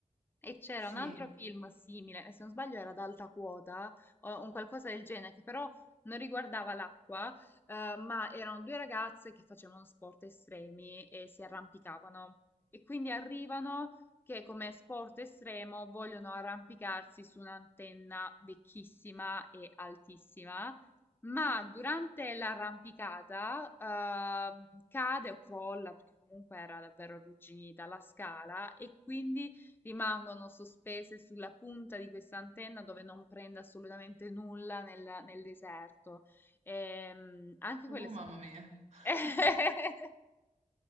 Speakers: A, on the left; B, on the right.
A: E c'era
B: sì.
A: un altro film simile, se non sbaglio era ad alta quota o un qualcosa del genere, che però non riguardava l'acqua, eh, ma erano due ragazze che facevano sport estremi e si arrampicavano. E quindi arrivano che come sport estremo vogliono arrampicarsi su un'antenna vecchissima e altissima, ma durante l'arrampicata, ehm, cade o crolla, perché comunque era davvero arrugginita la scala, e quindi rimangono sospese sulla punta di questa antenna dove non prende assolutamente nulla nel, nel deserto. Ehm, anche
B: Oh,
A: quello è
B: mamma
A: stato...
B: mia.
A: <laughs>
B: <laughs>